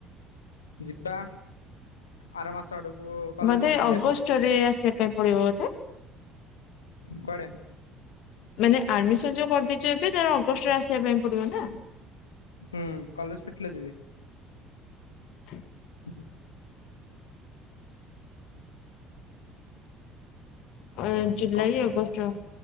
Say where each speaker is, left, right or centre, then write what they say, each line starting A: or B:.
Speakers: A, on the left; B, on the left.
A: ଯିବା ଆର ମାସ ଆଡକୁ କଲେଜ
B: ବୋଧେ
A: ଫିଟିଲେ
B: ଅଗଷ୍ଟରେ ଆସିବା ପାଇଁ ପଡିବ ବୋଧେ
A: କୁଆଡେ?
B: ମାନେ ଆଡମିସନ ଯୋଉ କରିଦେଇଛୁ ଏବେ ତାର ଅଗଷ୍ଟରେ ଆସିବା ପାଇଁ ପଡିବ ନା
A: ହୁଁ କଲେଜ ପିଟ ଯିବି
B: <unintelligible>
A: ହଁ
B: ଅ ଜୁଲାଇ
A: କଣ
B: ଅଗଷ୍ଟ